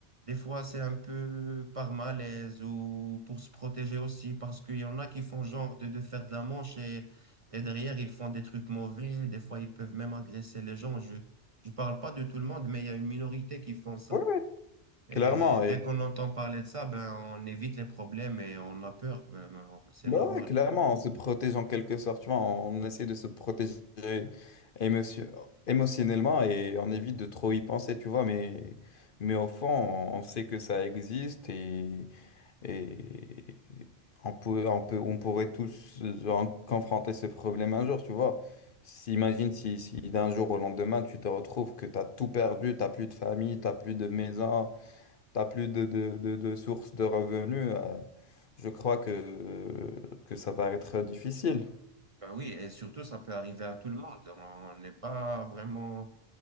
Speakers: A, on the right; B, on the left.
A: des fois, c'est un peu par malaise ou pour se protéger aussi, parce qu'il y en a qui font genre de, de faire de la manche et, et derrière, ils font des trucs mauvais. Des fois, ils peuvent même agresser les gens. Je, je parle pas de tout le monde, mais il y a une minorité qui font ça.
B: ouais, ouais,
A: Et
B: clairement, et
A: dès qu'on entend parler de ça, ben, on évite les problèmes et on a peur. Ben, ben, c'est
B: bah
A: normal.
B: ouais, clairement, on se protège en quelque sorte, tu vois, on essaie de se protéger émotion- émotionnellement et on évite de trop y penser, tu vois, mais, mais au fond, on on sait que ça existe et. Et on peut, on peut, on pourrait tous euh, confronter ce problème un jour, tu vois. Si- Imagine si, si d'un jour au lendemain, tu te retrouves que tu as tout perdu, tu n'as plus de famille, tu n'as plus de maison, tu n'as plus de, de, de, de source de revenus, euh, je crois que, que ça va être difficile.
A: Ben oui, et surtout, ça peut arriver à tout le monde. On n'est pas vraiment